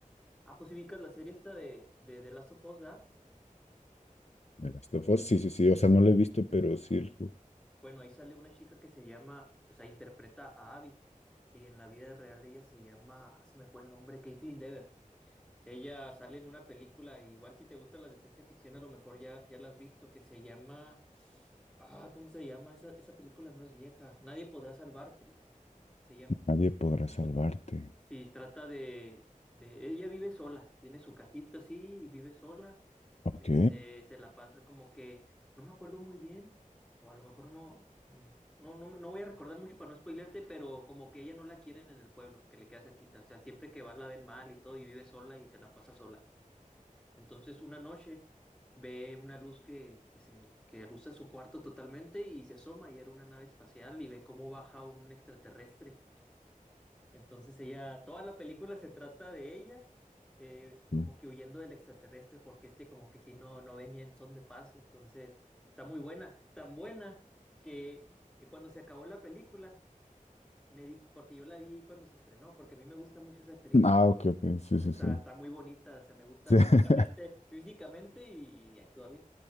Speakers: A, in the centre; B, on the left (about 50°).
A: Ah, pues si ubicas la serie esta de, de The Last of Us, ¿verdad?
B: ¿De Last of Us? Sí, sí, sí. O sea,
A: Es-
B: no lo he visto, pero sí el juego.
A: bueno, ahí sale una chica que se llama, o sea, interpreta a Abby, y en la vida real ella se llama, se me fue el nombre, Caitlin Dever. Ella sale en una película, igual si te gustan las de ciencia ficción, a lo mejor ya, ya la has visto, que se llama... Ah, ¿cómo se llama? Esa, esa película no es vieja. Nadie podrá salvarte, se llama.
B: Nadie podrá salvarte.
A: Sí, trata de, de... Ella vive sola, tiene su cajita así y vive sola.
B: Ok.
A: Este, se la pasa como que... No me acuerdo muy bien, o a lo mejor no... No, no, no voy a recordar mucho para no spoilearte, pero como que ella no la quieren en el pueblo, que le queda cerquita. O sea, siempre que va la ven mal y todo y vive sola y se la pasa sola. Entonces una noche ve una luz que, que se que alusa su cuarto totalmente y se asoma y era una nave espacial y ve cómo baja un extraterrestre entonces ella, toda la película se trata de ella, eh, como
B: Ok.
A: que huyendo del extraterrestre, porque este como que si no, no venía en son de paz, entonces está muy buena, tan buena que, que cuando se acabó la película, me di, porque yo la vi cuando se estrenó, porque a mí me gusta mucho esa actriz,
B: Ah, ok, ok. Sí,
A: está,
B: sí, sí.
A: está muy bonita, o sea, me gusta
B: Sí.
A: físicamente,
B: <laughs>
A: físicamente y actúa bien.